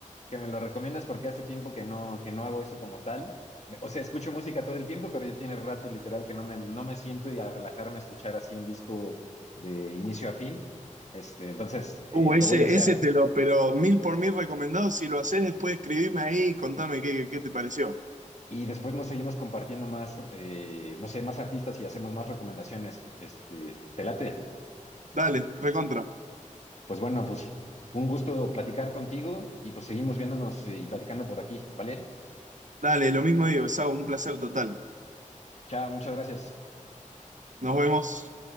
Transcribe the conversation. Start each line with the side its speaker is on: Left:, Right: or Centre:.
Left: que me lo recomiendas porque hace tiempo que no, que no hago eso como tal. Me- O sea, escucho música todo el tiempo, pero ya tiene rato literal que no me, no me siento y a relajarme a escuchar así un disco de inicio a fin. Este, entonces, eh,
Right: Uh, ese,
Left: lo voy a hacer.
Right: ese te lo, pero mil por mil recomendado. Si lo haces después, escribime ahí y contame qué, qué te pareció.
Left: Y después nos seguimos compartiendo más, eh, no sé, más artistas y hacemos más recomendaciones. Este, ¿te late?
Right: Dale, recontra.
Left: Pues bueno, pues un gusto platicar contigo y pues seguimos viéndonos eh, y platicando por aquí, ¿vale?
Right: Dale, lo mismo digo, Sau, un placer total.
Left: Chao, muchas gracias.
Right: Nos vemos.